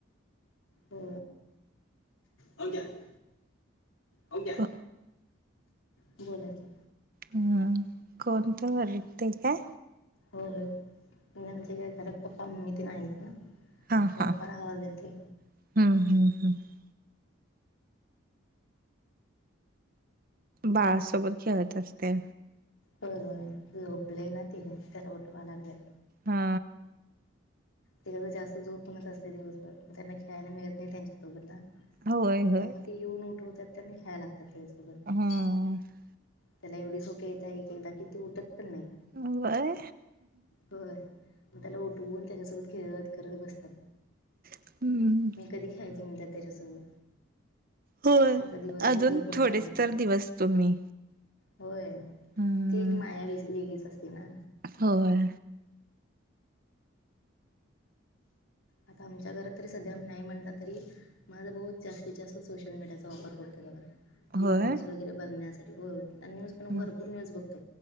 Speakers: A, on the left (about 80°); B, on the right (about 45°).
A: हो अ का्या <unintelligible> अक <unintelligible>
B: को
A: ते <unintelligible> बोलाची.
B: हम्म कोणतं वारते काय.
A: हो हो म्हणजे आमचे काय घरात पप्पा मम्मी आहेत ना
B: हा
A: थोडाफार
B: हा
A: आवाज येते
B: हम्म हम्म हम्म बाळसोबत खेळत असते
A: हो होय झोपले ना ते त्याला उठवा लागलेत
B: हा
A: तेिक तर जास्त झोूप म्हणत असते दिवसभर मग त्यांना खेळायला मिळत नाही त्यांच्यासोबत ना
B: होय होय
A: त्यामुळे ते येऊन उठवतात त्यांना खेळायला लागतात ते त्याच्यासोबत
B: हम्म
A: त्याला एवढी झोप येत आहे एकदा की ती उठत पण नाही
B: अ बाय
A: हो मग त्याला उठवून त्याच्यासोबत खेळत करत बसतात
B: हम्म
A: मी कधी खेळायचं म्हणत त्याच्यासोबत
B: होय
A: आता दिवसभर
B: अजून
A: झोपून
B: थोडेच
A: काढायचा
B: तर दिवस तुम्ही
A: होय
B: हम्म
A: ती एक माया व वेगळीच असते ना
B: हो बाळा
A: आता आमच्या घरात तरी सध्याही नाही म्हणलं तरी माझा बहुत जास्तीत जास्त सोशल मीडियाचा वापर करतो बघा ती
B: होय
A: न्यूज वगैरे बघण्यास हो आणि न्यूज
B: हम्म
A: पण भरपूर न्यूज बघतोय